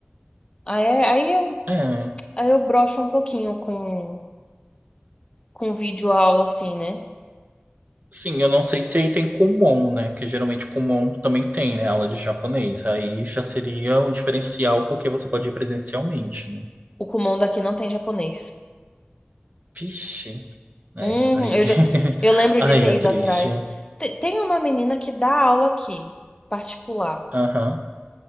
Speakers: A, on the left; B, on the right.
A: Aí, é- aí eu,
B: É.
A: aí eu broxo um pouquinho com, com vídeo aula assim, né?
B: Sim, eu não sei se aí tem Kumon, né, porque geralmente Kumon também tem, né, aula de japonês. Aí já seria um diferencial porque você pode ir presencialmente, né.
A: O Kumon daqui não tem japonês.
B: Vixe. É,
A: Hum,
B: aí.
A: eu já,
B: <laughs>
A: eu lembro
B: Aí
A: de ter
B: é
A: ido
B: triste.
A: atrás. Te- Tem uma menina que dá aula aqui, particular.
B: Aham,